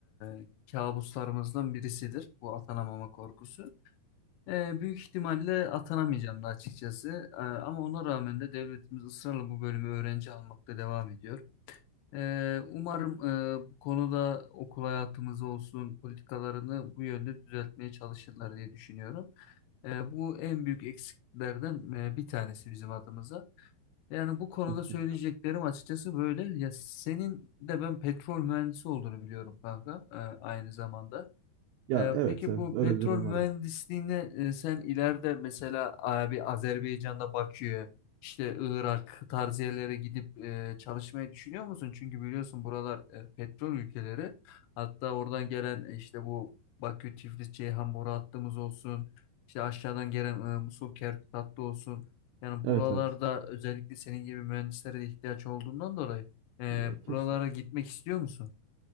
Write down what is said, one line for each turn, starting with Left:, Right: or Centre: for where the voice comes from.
Left: Ee, kabuslarımızdan birisidir bu atanamama korkusu. Ee, büyük ihtimalle atanamayacağım da açıkçası. Ee, ama ona rağmen de devletimiz ısrarla bu bölümü öğrenci almakta devam ediyor. Ee, umarım e, bu konuda okul hayatımız olsun politikalarını bu yönde düzeltmeye çalışırlar diye düşünüyorum. Ee, bu en büyük eksiklerden e, bir tanesi bizim adımıza. Yani bu konuda
Right: Kesinlikle.
Left: söyleyeceklerim açıkçası böyle. Ya senin de ben petrol mühendisi olduğunu biliyorum kanka, e, aynı zamanda.
Right: Ya
Left: Ee,
Right: evet
Left: peki
Right: evet
Left: bu
Right: öyle
Left: petrol
Right: bir durum
Left: mühendisliğine
Right: vardı.
Left: e, sen ileride mesela abi Azerbaycan'da Bakü'ye işte Irak tarzı yerlere gidip e, çalışmayı düşünüyor musun? Çünkü biliyorsun buralar e, petrol ülkeleri. Hatta oradan gelen e, işte bu Bakü, Tiflis, Ceyhan boru hattımız olsun. işte aşağıdan gelen e, Musul, Kerkük hattı olsun. Yani
Right: Evet
Left: buralarda
Right: evet.
Left: özellikle senin gibi mühendislere de ihtiyaç olduğundan dolayı e,
Right: Ya kesin.
Left: buralara gitmek istiyor musun?